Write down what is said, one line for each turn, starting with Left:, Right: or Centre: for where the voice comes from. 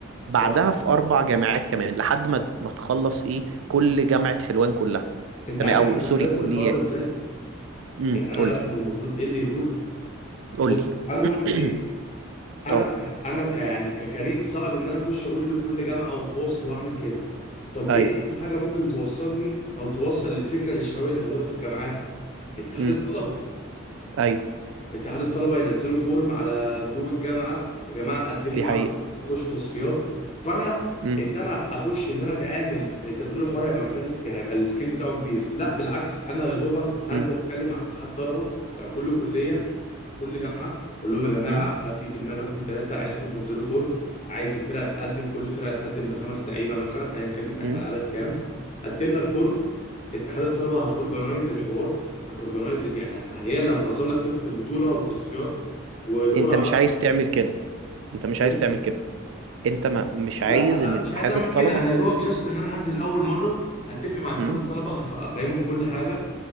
Right: بعدها
Left: صح
Right: في اربع جامعات كمان لحد ما ما تخلص ايه كل جامعة حلوان كلها
Left: انت
Right: تمام
Left: عارف
Right: او
Left: انا كنت
Right: سوري
Left: راسم
Right: كليات
Left: الحوار ده ازاي
Right: امم
Left: يعني انا
Right: قول
Left: راسمه
Right: لي
Left: المفروض ايه اللي يدور
Right: قول
Left: بص
Right: لي
Left: انا قلت
Right: <clears throat>
Left: ايه انا
Right: اه
Left: ك... انا ك... يعني ككريم صعب ان انا اخش اقول لكل جامعة واتواصل واعمل كده طب
Right: ايوه
Left: ايه اسهل حاجة ممكن توصلني او توصل الفكرة للشباب اللي موجودة في الجامعات اتحاد
Right: امم
Left: الطلبة
Right: ايوه
Left: اتحاد الطلبه ينزلوا فورم على جروب الجامعه يا جماعه قدموا
Right: دي حقيقة
Left: عشان تخشوا تصفيات فانا
Right: امم
Left: ان انا اخش ان انا اتعامل انت بتقول الحوار هيبقى محتاج سك- يعني هيبقى السكيل بتاعه كبير لا بالعكس انا يا دوبك هنزل
Right: امم
Left: اتكلم مع اتحاد طلبه بتاع كل كليه في كل جامعه اقول لهم يا جماعه
Right: امم
Left: انا في في دماغي واحد اتنين تلاته عايزكم تنزلوا فورم عايز الفرق تقدم كل فرقه تقدم بخمس لعيبه مثلا ايا كان هيبقى
Right: امم
Left: العدد كام قدمنا الفورم اتحاد الطلبه هتورجنايز الحوار هتورجنايز يعني يعني هي اللي هتنظم لك فكره البطوله والتصفيات والقرعه
Right: انت مش
Left: بقى
Right: عايز تعمل كده انت مش
Left: ايه
Right: عايز تعمل كده انت ما مش عايز
Left: لا
Right: ان
Left: انا
Right: اتحاد
Left: مش عايز اعمل
Right: الطلبة
Left: كده انا يا دوبك جاست ان انا هنزل اول مره هتفق مع اتحاد
Right: امم
Left: الطلبه هف- هفهمهم كل حاجه